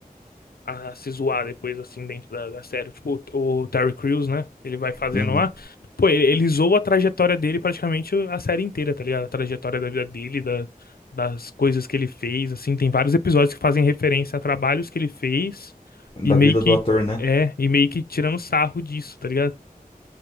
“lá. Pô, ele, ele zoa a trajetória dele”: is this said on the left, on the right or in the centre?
Left